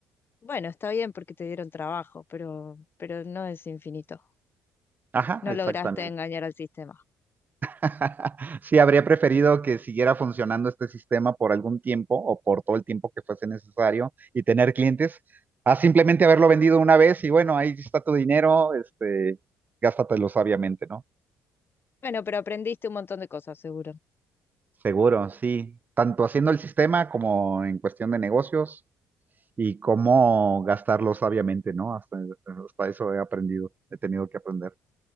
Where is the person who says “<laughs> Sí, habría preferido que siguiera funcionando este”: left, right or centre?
Right